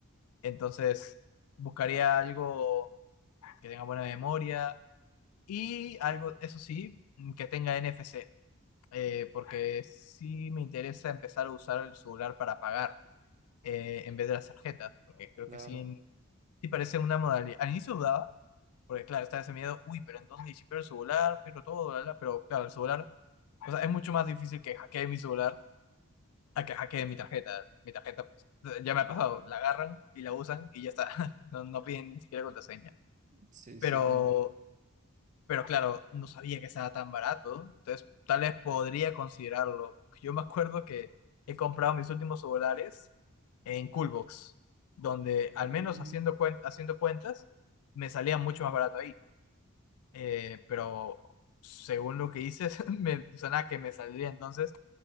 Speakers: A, on the left; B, on the right.
A: Entonces, buscaría algo que tenga buena memoria y algo, eso sí, que tenga NFC. eh, porque sí me interesa empezar a usar el celular para pagar eh, en vez de las tarjetas. Porque creo
B: Claro.
A: que sí, sí parece una modalidad. Al inicio dudaba Porque claro, está ese miedo, uy, pero entonces y si pierdo el celular, pierdo todo, bla, bla, pero claro, el celular, o sea, es mucho más difícil que hackee mi celular a que hackeen mi tarjeta. Mi tarjeta, pues, ya me ha pasado, la agarran y la usan y ya está. <laughs> No, no piden ni siquiera contraseña.
B: Sí,
A: Pero,
B: sí, te entiendo.
A: pero claro, no sabía que estaba tan barato, entonces tal vez podría considerarlo. Yo me acuerdo que he comprado mis últimos celulares en Coolbox, donde
B: Mm,
A: al menos haciendo, cuen- haciendo cuentas me salía mucho más barato ahí. eh, pero según lo que dices, <laughs> me suena que me saldría entonces